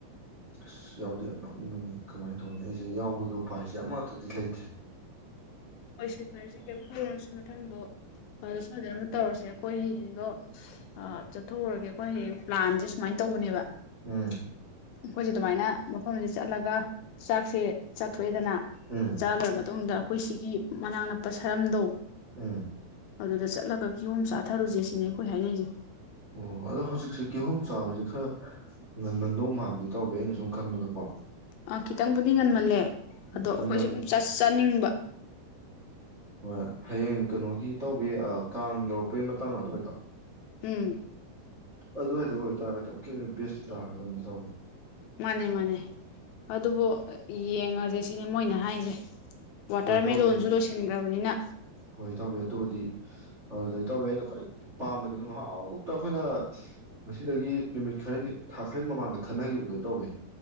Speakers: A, on the right; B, on the left.
A: ꯑꯁ ꯌꯥꯎꯗꯤ ꯌꯥꯝ ꯅꯣꯛꯅꯤꯡꯕꯅꯤ ꯀꯃꯥꯏꯅ ꯇꯧꯅꯤ ꯑꯩꯁꯦ ꯌꯥꯎꯕꯒꯤ ꯎꯄꯥꯏꯁꯦ ꯑꯃꯠꯇꯗꯤ ꯂꯩꯇ꯭ꯔꯦ
B: ꯍꯣꯏ ꯁꯤ ꯐꯔꯦ ꯁꯤ ꯀꯔꯤꯝ ꯈꯪꯔꯨꯔꯁꯤꯦ ꯃꯊꯪꯗꯣ ꯁꯣꯏꯗꯅ ꯇꯧꯔꯁꯦ ꯑꯩꯈꯣꯏ ꯍꯌꯦꯡꯗꯣ ꯆꯠꯊꯣꯛꯎꯔꯒꯦ ꯑꯩꯈꯣꯏ ꯍꯌꯦꯡ ꯄ꯭ꯂꯥꯟꯁꯦ ꯁꯨꯃꯥꯏꯅ ꯇꯧꯕꯅꯦꯕ
A: ꯎꯝ
B: ꯑꯩꯈꯣꯏꯁꯦ ꯑꯗꯨꯃꯥꯏꯅ ꯃꯐꯝꯁꯤꯗ ꯆꯠꯂꯒ ꯆꯥꯛꯁꯦ ꯀꯣꯏꯗꯅ
A: ꯎꯝ
B: ꯆꯥ ꯂꯣꯏꯔꯕ ꯃꯇꯨꯡꯗ ꯑꯩꯈꯣꯏ ꯁꯤꯒꯤ ꯃꯅꯥꯛ ꯅꯛꯄ ꯁꯔꯝꯗꯣ
A: ꯎꯝ
B: ꯑꯗꯨꯗ ꯆꯠꯂꯒ ꯀꯤꯍꯣꯝ ꯆꯥꯊꯔꯨꯁꯦ ꯁꯤꯅꯦ ꯑꯩꯈꯣꯏ ꯍꯥꯏꯅꯩꯁꯦ
A: ꯑꯣ ꯑꯗꯣ ꯍꯧꯖꯤꯛꯁꯦ ꯀꯤꯍꯣꯝ ꯆꯥꯔꯤꯁꯦ ꯈꯔ ꯉꯟꯃꯟꯗꯧ ꯃꯥꯟꯕꯗꯩ ꯇꯧꯋꯦ ꯑꯩꯅ ꯁꯨꯝ ꯈꯟꯕꯗꯀꯣ
B: ꯑꯥ ꯈꯤꯇꯪꯕꯨꯗꯤ ꯉꯟꯃꯜꯂꯦ ꯑꯗꯣ ꯑꯩꯈꯣꯏ
A: ꯉꯟꯃꯟ
B: ꯁꯨꯝ ꯆꯠ ꯆꯥꯅꯤꯡꯕ
A: ꯍꯣꯏ ꯍꯌꯦꯡ ꯀꯩꯅꯣꯒꯤ ꯇꯧꯕꯤ ꯀꯥꯡ ꯌꯧꯔꯛꯄꯩ ꯃꯇꯥꯡ ꯑꯗꯨꯋꯥꯏꯗꯣ
B: ꯎꯝ
A: ꯑꯗꯨꯋꯥꯗꯒ ꯑꯣꯏꯇꯥꯔꯒꯗꯤ ꯑꯃꯨꯛꯀꯤ ꯕꯦꯁꯇꯤ ꯇꯥꯔꯒꯗꯕ ꯇꯧꯒꯦ
B: ꯃꯥꯅꯦ ꯃꯥꯅꯦ ꯑꯗꯨꯕꯨ ꯌꯦꯡꯉꯁꯦ ꯁꯤꯅꯦ ꯃꯣꯏꯅ ꯍꯥꯏꯁꯦ ꯋꯥꯇꯔ
A: ꯍꯣꯏ ꯏꯇꯥꯎꯕꯤ
B: ꯃꯂꯣꯟꯁꯨ ꯂꯣꯏꯁꯤꯟꯒ꯭ꯔ ꯃꯅꯤꯅ
A: ꯍꯣꯏ ꯇꯧꯋꯦ ꯑꯗꯨꯕꯨꯗꯤ ꯑꯗꯨꯗꯩ ꯇꯧꯋꯦ ꯑꯩꯅ ꯈ꯭ꯋꯥꯏ ꯄꯥꯝꯕꯗꯒꯤ ꯉꯍꯥꯎꯃꯨꯛꯇ ꯑꯩꯈꯣꯏꯅ ꯉꯁꯤꯗꯒꯤ ꯅꯨꯃꯤꯠ ꯈꯔꯅꯤ ꯊꯥ ꯈꯔ ꯃꯃꯥꯡꯗ ꯈꯟꯅꯈꯤꯕꯗꯣ ꯇꯧꯋꯦ